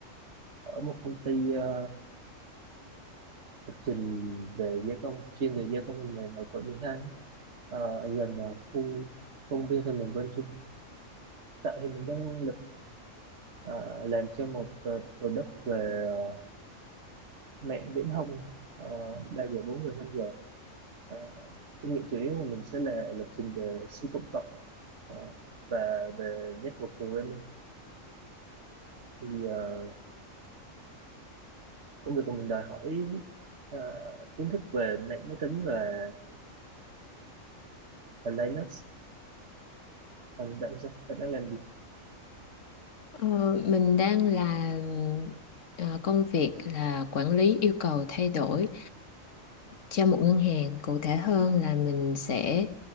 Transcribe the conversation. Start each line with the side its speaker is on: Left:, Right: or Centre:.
Right: ở một công ty ờ, lập trình về gia công chuyên về gia công phần mềm ở quận 12 ờ, ở gần ờ, khu công viên phần mềm Vân Trung. Tại thì mình đang lập ờ, làm cho một ờ, product về ờ, mẹ viễn thông ờ, 3 giờ 4 giờ 5 giờ. Ờ, kinh nghiệm chủ yếu của mình sẽ là lập trình về C cộng cộng ờ, và về network programming. Thì ờ, công việc của mình đòi hỏi ờ, kiến thức về mạng máy tính và và Linux còn bạn sao bạn đang làm gì
Left: Ờ, mình đang làm ờ, công việc là quản lý yêu cầu thay đổi cho một ngân hàng. Cụ thể hơn là mình sẽ